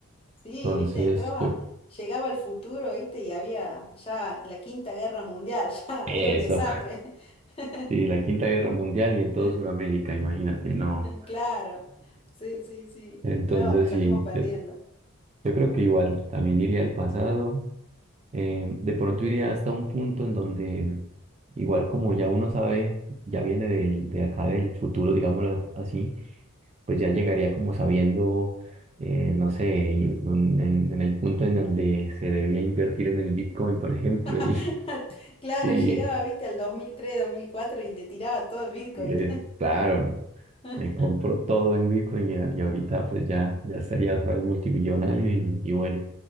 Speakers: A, on the left; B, on the right.
A: Sí,
B: Entonces,
A: viste, entraba,
B: yo...
A: llegaba al futuro, viste, y había ya la Quinta Guerra Mundial, <laughs> ya
B: Eso.
A: era un desastre. <laughs>
B: Sí, la Quinta Guerra Mundial y en todo
A: <laughs>
B: Sudamérica, imagínate, no.
A: Claro, sí, sí, sí.
B: Entonces,
A: No, salimos
B: sí,
A: perdiendo.
B: yo, yo creo que igual también iría al pasado. eh, de pronto iría hasta un punto en donde, igual como ya uno sabe, ya viene del, de acá del futuro, digámoslo así, pues ya llegaría como sabiendo, eh, no sé, y un- en, en el punto en donde se debía invertir en el Bitcoin, por ejemplo,
A: <laughs>
B: y, <laughs>
A: Claro,
B: y,
A: llegaba, viste, al dos dos mil tres, dos mil cuatro y le tiraba todo el Bitcoin.
B: y le- claro.
A: <laughs>
B: Me compro todo en Bitcoin y, a- y ahorita pues ya, ya estaría otra vez multimillonario y, y bueno,